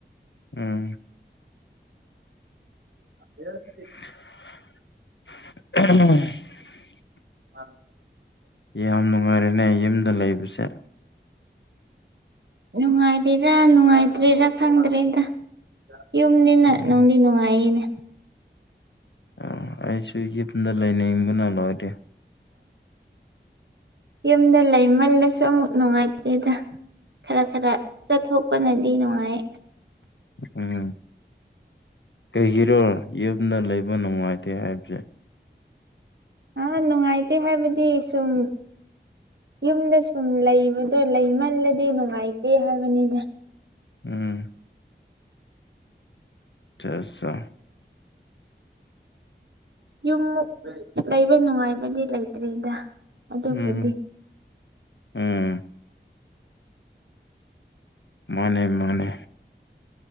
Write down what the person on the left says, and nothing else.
ꯎꯝ
<unintelligible>
ꯌꯥꯝ ꯅꯨꯡꯉꯥꯏꯔꯦꯅꯦ ꯑꯩ ꯌꯨꯝꯗ ꯂꯩꯕꯁꯦ
ꯎꯝ
ꯑ ꯑꯩꯁꯨ ꯌꯨꯝꯗ ꯂꯩꯅꯤꯡꯕꯅ ꯂꯣꯏꯔꯦ
ꯎꯝ ꯀꯩꯒꯤꯔꯣ ꯌꯨꯝꯗ ꯂꯩꯕ ꯅꯨꯉꯥꯏꯇꯦ ꯍꯥꯏꯕꯁꯦ
ꯎꯝ ꯆ ꯁꯥ
ꯎꯝ ꯎꯝ ꯃꯥꯅꯦ ꯃꯥꯅꯦ